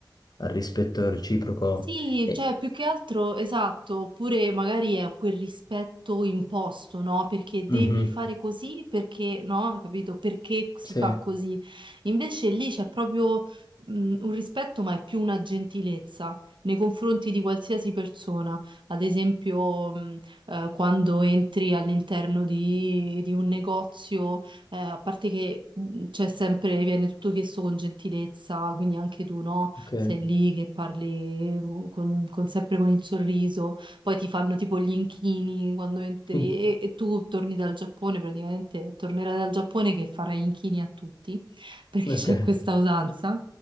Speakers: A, on the left; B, on the right.
A: al rispetto reciproco.
B: Sì,
A: E...
B: cioè più che altro, esatto, oppure magari è quel rispetto imposto, no? Perché devi
A: Mhm,
B: fare così, perché no, capito? Perché si
A: Sì,
B: fa così. Invece lì c'è proprio mh, un rispetto, ma è più una gentilezza nei confronti di qualsiasi persona. Ad esempio, mh, eh, quando entri all'interno di, di un negozio, eh, a parte che mh, c'è sempre, viene tutto chiesto con gentilezza, quindi anche tu, no?
A: ok.
B: sei lì che parli mm, con, con- sempre con il sorriso, poi ti fanno tipo gli inchini quando entri
A: Mm,
B: e, e tu torni dal Giappone, praticamente tornerai dal Giappone che farai inchini a tutti, <laughs> perché
A: Ok.
B: c'è questa usanza.